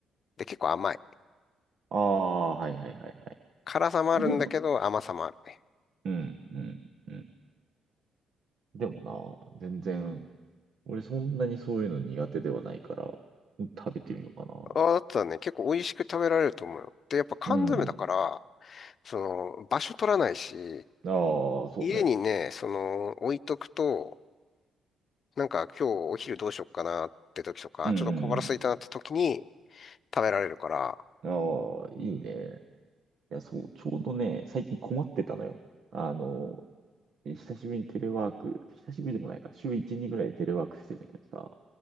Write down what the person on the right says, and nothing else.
ああ、はいはいはいはい。
でも、
うん、うん、うん。でもな、全然、俺そんなにそういうの苦手ではないから、食べてみようかな。
うん。
ああ、そうね。
うん、
うん。ああ、いいね。いや、そう、ちょうどね、最近困ってたのよ。あの、久しぶりにテレワーク、久しぶりでもないか、週1、2ぐらいでテレワークしてんだけどさ、